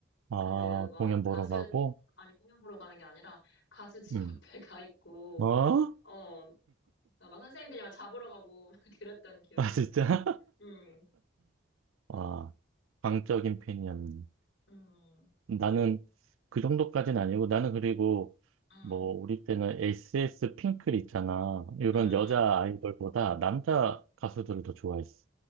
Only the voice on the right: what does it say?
아,
공연
보러 가고,
음,
어?
아, 진짜?
<laughs> 아, 광적인 팬이었네.
나는 그 정도까지는 아니고, 나는 그리고,
뭐, 우리 때는 SS 핑클 있잖아. 이런
여자 아이돌보다 남자 가수들을 더 좋아했어.